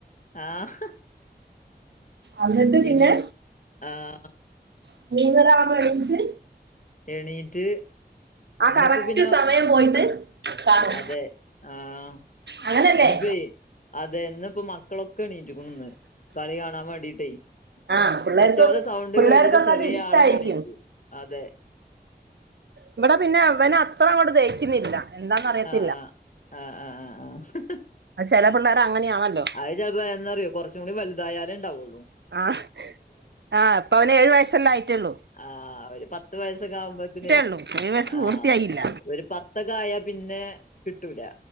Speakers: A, on the left; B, on the right.
A: ആഹ്
B: എന്നിട്ട് പിന്നെ
A: ഇന്ന് ആഹ്
B: <unintelligible> എണീച്ച്
A: എണീറ്റ്
B: ആ
A: ഇന്നിപ്പോ
B: കറക്റ്റ്
A: പിന്നെ
B: സമയം പോയിട്ട് കാണും
A: അതെ ആഹ്
B: അങ്ങനല്ലേ
A: ഇന്ന് പ്പെ അതെ ഇന്ന് പ്പോ മക്കളൊക്കെ എണീറ്റിക്കുണു ന്ന് കളി കാണാൻ വേണ്ടീട്ടേ.
B: ആഹ് പിള്ളേർക്ക്
A: മറ്റോലെ സൗണ്ട്
B: പിള്ളേർക്കൊക്കെ
A: കേട്ടിട്ട് ചെറിയ
B: അത് ഇഷ്ടായിരിക്കും
A: ആളും എണീറ്റു അതെ.
B: ഇവടെ പിന്നെ അവന അത്ര അങ്ങോട്ട് ദഹിക്കുന്നില്ല. എന്താന്ന് അറിയത്തില്ല
A: ആഹ് ആഹ് ആഹ് ആഹ് ആഹ് ആഹ്
B: അത് ചെലെ പിള്ളേർ അങ്ങനെയാണല്ലോ
A: അത് ചെലപ്പോ ന്തറിയോ കൊറച്ച് കൂടി വലുതായാലേ ഇണ്ടാവുള്ളൂ.
B: ആഹ് ആ ഇപ്പൊ അവന് ഏഴു വയസ്സല്ലെ ആയിട്ടൊള്ളൂ.
A: ആഹ് ഒരു പത്ത് വയസക്കെ ആവുമ്പോത്തിനെ
B: ഉള്ളൂ ഏഴു വയസ്സ്
A: ആഹ്
B: പൂർത്തിയായില്ല
A: ഒരു പത്തൊക്കെ ആയാ പിന്നെ കിട്ടൂല